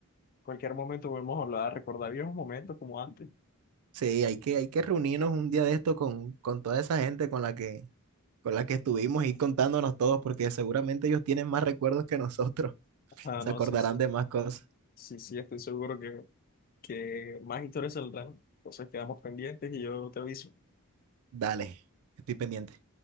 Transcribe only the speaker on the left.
cualquier momento podemos hablar, recordar viejos momentos como antes.
Ah,
no,
sí, sí.
Sí, sí, estoy seguro que, que más historias saldrán. Entonces quedamos pendientes y yo te aviso.